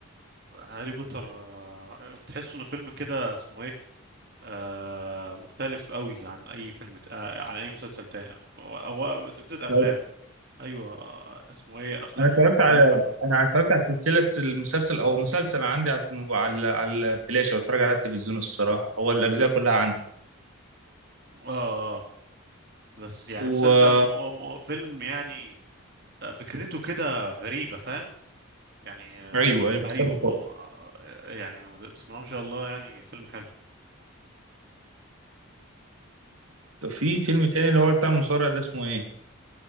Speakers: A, on the right (about 50°); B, on the right (about 70°).
A: هاري بوتر آه، تحسه إنه فيلم كده اسمه إيه آه مختلف أوي عن أي فيلم ت- آه، عن أي مسلسل تاني أو أو سلسلة أفلام
B: لو-
A: ايوه اسمه ايه افلامه
B: انا اتفرجت
A: مختلفه
B: على انا اتفرجت على سلسله المسلسل هو مسلسل عندي على على على الفلاشه بتفرج على التلفزيون الصراحه هو الاجزاء كلها عندي
A: اه آه. بس يعني
B: و
A: مسلسل م- م- فيلم يعني آه، فكرته كده غريبه فاهم يعني آه،
B: ايوه ايوه مختلف
A: ايوه م-
B: خالص.
A: آه، يعني بسم الله ما شاء الله يعني فيلم حلو
B: في فيلم تاني اللي هو بتاع المصارع ده اسمه ايه؟